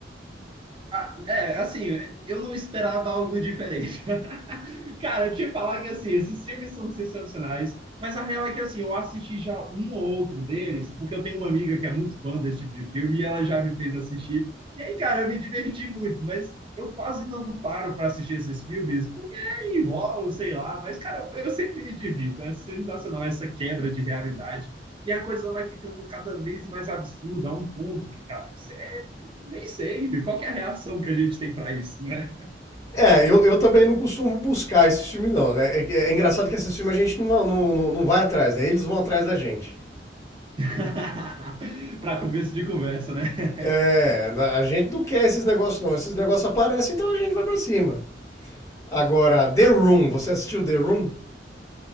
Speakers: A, on the right; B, on the left.
A: Ah, É, assim, eu não esperava algo diferente. <laughs> Cara, eu te falar que, assim, esses filmes são sensacionais, mas a real é que, assim, eu assisti já um ou outro deles, porque eu tenho uma amiga que é muito fã desse tipo de filme e ela já me fez assistir. E aí, cara, eu me diverti muito, mas eu quase não paro para assistir esses filmes, porque é, enrola, sei lá, mas, cara, eu sempre me divirto. É sensacional essa quebra de realidade. E a coisa vai ficando cada vez mais absurda, a um ponto que, cara, que você nem sei qual que é a reação que a gente tem para isso, né?
B: É, eu, eu também não costumo buscar esse filme, não, né? É, é engraçado que esse filme a gente não, não, não, não vai atrás, né? Eles vão atrás da gente.
A: <laughs> para começo de conversa, né? <laughs>
B: É, a gente não quer esses negócios, não. Esses negócios aparecem, então a gente vai pra cima. Agora, The Room, você assistiu The Room?